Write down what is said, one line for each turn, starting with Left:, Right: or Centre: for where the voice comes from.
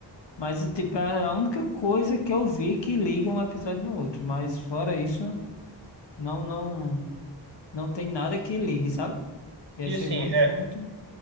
Left: Mas, tipo, é a única coisa que eu vi que liga um episódio no outro. Mas fora isso, não, não, não tem nada que ligue, sabe? E achei
Right: E assim,
Left: muito,
Right: é,
Left: muito,